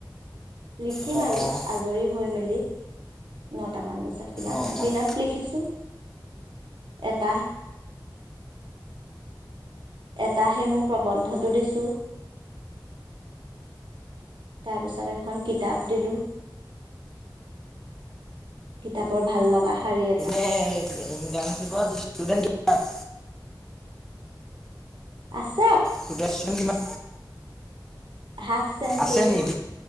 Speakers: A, on the right (about 85°); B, in the centre.
A: লিখিম
B: অ',
A: আৰু আজৰি হৈ মেলি। নটামান বজাত কিবা
B: অ',
A: এটা।
B: অ',
A: দিনত লিখিছো। এটা। এটাহে মোৰ প্ৰবন্ধটো দিছো। তাৰ পিছত এখন কিতাপ দিলো। কিতাপৰ ভাল লগা শাৰী এটা
B: এ ইণ্টাৰ্ণচিপত ইছটোদেন্ত কিমান?
A: আছ
B: টোটেল ষ্টুডেণ্ট কিমান?
A: হাফ চেঞ্চুৰী।
B: আছে নি